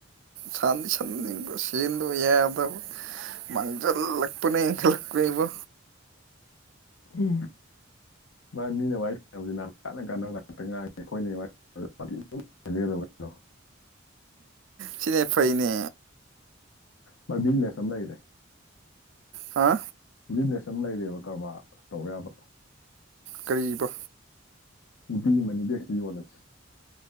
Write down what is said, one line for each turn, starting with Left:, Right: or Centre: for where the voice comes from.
Right: ꯁꯥꯟꯗꯤ ꯁꯟꯅꯤꯡ ꯁꯦꯟꯗ ꯌꯥꯗꯕ ꯃꯥꯡꯖꯜꯂꯛꯄꯅꯦ ꯏꯦꯟꯈꯠꯂꯛꯄꯅꯦꯕꯨ
Left: ꯎ ꯃꯥ ꯃꯤꯅ ꯋꯥꯔꯤ ꯁꯥꯟꯅ <unintelligible>
Right: ꯁꯤꯅꯦ ꯐꯩꯅꯦ
Left: ꯃꯗꯤꯜꯅꯁꯨ ꯑꯝ ꯂꯩꯔꯦ꯫
Right: ꯍꯥ
Left: ꯕꯤꯖꯅꯦꯁ ꯑꯃ ꯂꯩꯔꯦꯕ ꯀꯔꯕꯥꯔ ꯇꯧ ꯌꯥꯕ꯫
Right: ꯀꯔꯤꯕ꯫
Left: ꯎꯗꯤꯒꯤ ꯃꯅꯤꯕꯦꯛꯁꯤ ꯌꯣꯜꯂꯁꯤ꯫